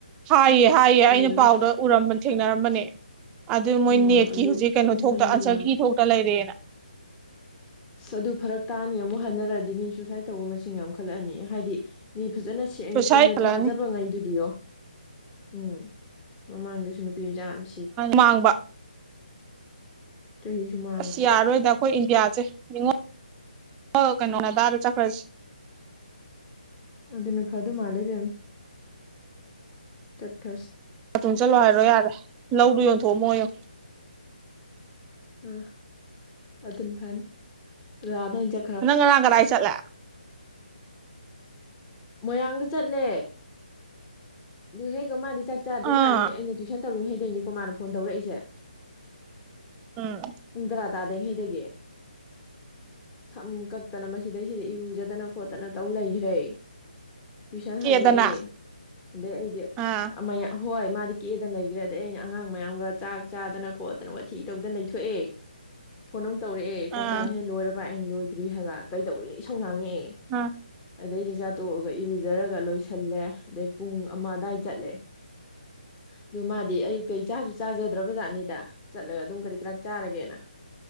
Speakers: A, on the right; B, on the left.
A: ꯍꯥꯏꯌꯦ ꯍꯥꯏꯌꯦ ꯑꯩꯅ
B: ꯑꯗꯨ ꯑꯃꯨꯛ
A: ꯄꯥꯎꯗ ꯎꯔꯝꯕ ꯊꯦꯡꯅꯔꯝꯕꯅꯦ ꯑꯗꯨ ꯃꯣꯏ
B: ꯑꯥ
A: ꯅꯦꯠꯀꯤ
B: ꯑꯗꯨ
A: ꯍꯧꯖꯤꯛ ꯀꯩꯅꯣ
B: ꯑꯃꯨꯛ
A: ꯊꯣꯛꯇ
B: ꯍꯟꯗꯨ
A: ꯑꯜꯁꯔꯀꯤ
B: ꯃꯥꯜꯂꯦ
A: ꯊꯣꯛꯇ ꯂꯩꯔꯦꯅ
B: ꯑꯁ ꯑꯗꯨ ꯐꯔꯛ ꯇꯥꯅꯤ ꯑꯃꯨꯛ ꯍꯟꯅꯔꯛꯑꯗꯤ ꯃꯤ ꯁꯨꯁꯥꯏꯠ ꯇꯧꯕ ꯃꯁꯤꯡ ꯌꯥꯝꯈꯠꯂꯛꯑꯅꯤ ꯍꯥꯏꯗꯤ ꯃꯤ ꯐꯖꯅ ꯁꯦꯡꯅ
A: ꯁꯨꯁꯥꯏꯠ
B: ꯆꯨꯝꯅ ꯊꯥꯖꯕꯉꯩꯗꯨꯗꯤꯌꯣ
A: ꯍꯜꯂꯛꯑꯅꯤ
B: ꯎꯝ ꯃꯃꯥꯡꯗꯁꯨ ꯅꯨꯄꯤ ꯃꯆꯥ ꯃꯥ
A: ꯃꯥꯡꯕ
B: ꯆꯍꯤ ꯁꯨꯃꯥꯡ
A: ꯑꯁ ꯌꯥꯔꯔꯣꯏꯗ ꯑꯩꯈꯣꯏ ꯏꯟꯗꯤꯌꯥꯁꯦ ꯉꯣꯜ ꯀꯩꯅꯣꯅ ꯗꯥꯗ ꯆꯠꯈ꯭ꯔꯁꯦ
B: ꯑꯗꯨꯅ ꯐꯥꯗ ꯃꯥꯜꯂꯦ ꯃꯦꯝ ꯆꯠꯈꯔꯁꯦ
A: ꯇꯨꯝ ꯆꯠꯂꯣ ꯍꯥꯏꯔꯣ ꯌꯥꯔꯦ ꯂꯧꯗꯣ ꯌꯣꯟꯊꯣꯛꯑꯝꯃꯣ ꯌꯣ
B: ꯑ ꯑꯗꯨꯅ ꯐꯅꯦ ꯑ ꯑ ꯆ
A: ꯅꯪ ꯉꯔꯥꯡ ꯀꯗꯥꯏ ꯆꯠꯂꯦ
B: ꯃꯣꯏꯔꯥꯡꯗ ꯆꯠꯂꯦ ꯂꯨꯍꯦꯟ ꯗꯣ ꯃꯥꯗꯤ ꯆꯥꯛ ꯆꯥꯗꯖꯥꯠꯅꯤ
A: ꯑꯥ
B: ꯑꯩꯅ ꯇꯨꯏꯁꯟ ꯇꯧꯔꯤꯉꯩꯗꯩꯅꯤꯀꯣ ꯃꯥꯅ ꯐꯣꯟ ꯇꯧꯔꯛꯏꯁꯦ
A: ꯎꯝ
B: ꯄꯨꯡ ꯇꯔꯥ ꯇꯥꯗꯉꯩꯗꯒꯤ ꯁꯝ ꯀꯛꯇꯅ ꯃꯁꯤꯗꯩꯁꯤꯗ ꯏꯔꯨꯖꯗꯅ ꯈꯣꯠꯇꯅ ꯇꯧ ꯂꯩꯈ꯭ꯔꯦ ꯇꯨꯏꯁꯟ
A: ꯀꯦꯗꯅ
B: ꯍꯜꯂꯛꯑꯦ ꯑꯗꯩ ꯑꯩꯗꯤ
A: ꯑꯥ
B: ꯑꯃ ꯑꯍꯣꯏ ꯃꯥꯗꯤ ꯀꯦꯗꯅ ꯂꯩꯈ꯭ꯔꯦ ꯑꯗꯩ ꯑꯩꯅ ꯑꯉꯥꯡ ꯃꯌꯥꯝꯒ ꯆꯥꯛ ꯆꯥꯗꯅ ꯈꯣꯠꯇꯅ ꯋꯥꯊꯤ ꯇꯧꯗꯅ ꯂꯩꯊꯣꯛꯑꯦ ꯐꯣꯟ ꯑꯃꯨꯛ ꯇꯧꯔꯛꯑꯦ ꯆꯥꯛ
A: ꯑꯥ
B: ꯆꯥꯢꯉꯩ ꯂꯣꯢꯔꯕ ꯑꯩꯅ ꯂꯣꯡꯗꯔꯤ ꯍꯥꯏꯕ ꯀꯩꯗꯧꯔꯤꯅ ꯏꯁꯧ ꯂꯥꯡꯉꯦ
A: ꯑꯥ
B: ꯑꯗꯩ ꯆꯥꯛꯆꯥꯥ ꯇꯣꯛꯑꯒ ꯏꯔꯨꯖꯔꯒ ꯂꯣꯏꯁꯜꯂꯦ ꯑꯗꯩ ꯄꯨꯡ ꯑꯃ ꯑꯗꯥꯏ ꯆꯠꯂꯦ ꯑꯗꯨ ꯃꯥꯗꯤ ꯑꯌꯨꯛꯇꯏ ꯆꯥ ꯆꯥꯖꯗ꯭ꯔ ꯕꯖꯥꯠꯅꯤꯗ ꯆꯠꯂꯒ ꯑꯗꯨꯝ ꯀꯔꯤ ꯀꯔꯥꯛ ꯆꯥꯔꯒꯦꯅ